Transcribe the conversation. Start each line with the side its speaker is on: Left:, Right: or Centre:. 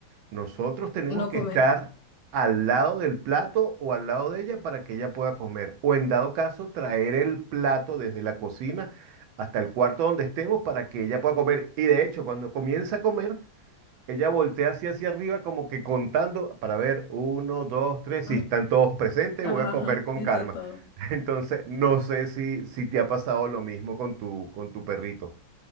Right: Nosotros tenemos
Left: no
Right: que
Left: come.
Right: estar al lado del plato o al lado de ella para que ella pueda comer. O en dado caso, traer el plato desde la cocina hasta el cuarto donde estemos para que ella pueda comer. Y de hecho, cuando comienza a comer, ella voltea así hacia arriba, como que contando para ver, uno, dos, tres, si
Left: Mm,
Right: están todos presentes,
Left: Ajá,
Right: voy a comer
Left: ajá.
Right: con
Left: Están
Right: calma.
Left: todos.
Right: <laughs> Entonces, no sé si, si te ha pasado lo mismo con tu, con tu perrito.